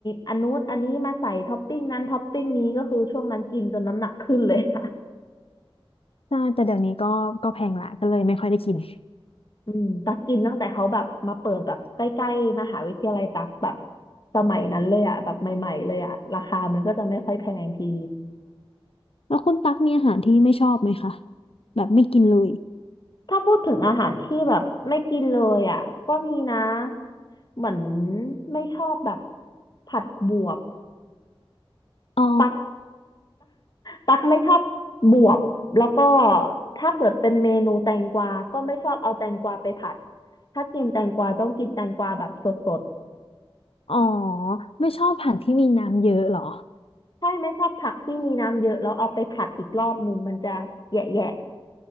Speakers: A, on the left; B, on the left.
A: อันนู้นอันนี้มาใส่ท็อปปิ้งนั้นท็อปปิ้งนี้ก็คือช่วงนั้นกินจนน้ำหนักขึ้นเลยค่ะ
B: ใช่แต่เดี๋ยวนี้ก็ก็แพงละก็เลยไม่ค่อยได้กิน
A: อืมตักกินตั้งแต่เขาแบบมาเปิดแบบใกล้ๆมหาวิทยาลัยตักแบบสมัยนั้นเลยอ่ะแบบใหม่ๆเลยอ่ะราคามันก็จะไม่ค่อยแพงที
B: แล้วคุณตั๊กมีอาหารที่ไม่ชอบไหมคะแบบไม่กินเลย
A: ถ้าพูดถึงอาหารที่แบบไม่กินเลยอ่ะก็มีนะเหมือนไม่ชอบแบบผัดบวบ
B: อ๋อ
A: ตักตักไม่ชอบบวบแล้วก็ถ้าเกิดเป็นเมนูแตงกวาก็ไม่ชอบเอาแตงกวาไปผัดถ้ากินแตงกวาต้องกินแตงกวาแบบสด
B: อ๋อไม่ชอบผักที่มีน้ำเยอะเหรอ
A: ๆ <laughs> ใช่ไม่ชอบผักที่มีน้ำเยอะแล้วเอาไปผัดอีกรอบหนึ่งมันจะแยะ